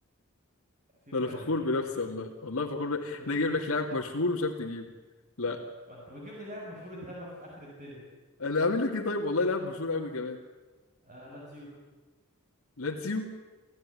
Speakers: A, on the right; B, on the left.
A: في
B: ده
A: فرق
B: انا فخور
A: ايه تاني
B: بنفسي
A: في ايطاليا
B: والله والله فخور ب...
A: تورينو
B: انا اجيب لك لاعب مشهور وشاف تجيبه لا
A: ما انت بتجيب لي لاعب مشهور اترمى في اخر الدنيا
B: انا عامل لك ايه طيب والله لاعب مشهور قوي كمان
A: آه لاتزيو
B: لاتسيو